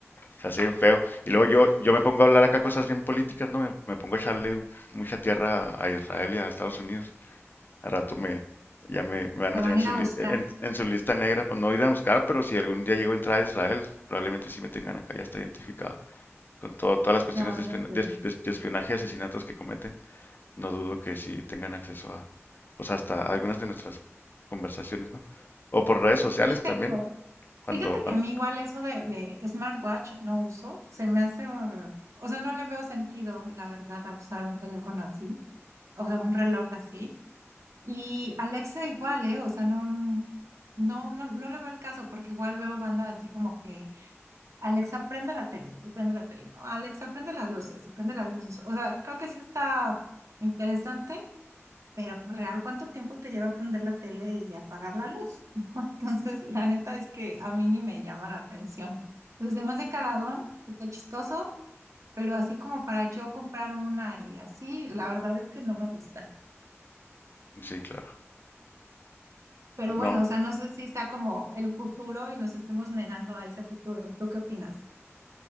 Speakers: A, on the left (about 40°); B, on the right (about 85°).
A: se hace bien feo. Y luego yo, yo me pongo a hablar acá cosas bien políticas, ¿no? Me, me pongo a echarle un- mucha tierra a Israel y a Estados Unidos. Al rato me, ya me, me van
B: Te
A: a tener
B: van
A: en
B: a
A: su,
B: ir
A: li-
B: a buscar.
A: en, en su lista negra, pues no ir a buscar, pero si algún día llego a entrar a Israel, probablemente sí me tengan acá, ya está identificado, con todo, todas las cuestiones
B: No,
A: de espion-
B: no creo.
A: de esp- de espionaje y asesinatos que cometen no dudo que sí tengan acceso a, pues hasta algunas de nuestras conversaciones, ¿no? O por redes sociales
B: Fíjate
A: también,
B: que,
A: cuando,
B: fíjate
A: cuan-
B: que a mí igual eso de, de smartwatch no uso, se me hace, eh, o sea, no le veo sentido, la verdad, a usar un teléfono así, o sea, un reloj así. Y Alexa igual, ¿eh? O sea, no, no, no, no le veo el caso porque igual veo bandas así como que Alexa prende la tele y prende la tele, ¿no? Alexa prende las luces y prende las luces. O sea, creo que sí está interesante Pero pues, real, ¿cuánto tiempo te lleva prender la tele y apagar la luz? <laughs> ¿No? Entonces, la neta es que a mí ni me llama la atención. Entonces, me hace cagadón, está chistoso, pero así como para yo comprar una y así, la verdad es que no me gusta.
A: sí, claro.
B: Pero
A: Pues,
B: bueno,
A: No,
B: o sea, no sé si sea como el futuro y nos estemos negando a ese futuro. ¿Tú qué opinas?